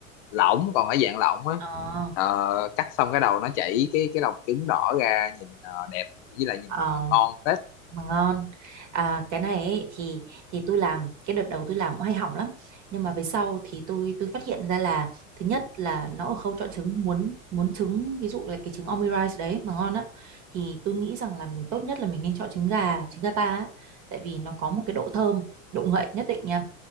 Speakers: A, on the left (about 60°); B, on the right (about 45°).
A: lỏng còn ở dạng lỏng á
B: Ờ,
A: Ờ,
B: Ừ.
A: cắt xong cái đầu nó chảy cái cái lòng trứng đỏ ra nhìn ờ, đẹp với lại nhìn
B: ờ.
A: ờ, ngon phết
B: mà ngon à, cái này ấy, thì thì tôi làm cái đợt đầu tôi làm cũng hay hỏng lắm nhưng mà về sau thì tôi tôi phát hiện ra là thứ nhất là nó ở khâu chọn trứng muốn muốn trứng ví dụ là cái trứng omurice đấy mà ngon á thì tôi nghĩ rằng là mình tốt nhất là mình nên chọn trứng gà trứng gà ta á, tại vì nó có một cái độ thơm độ ngậy nhất định nha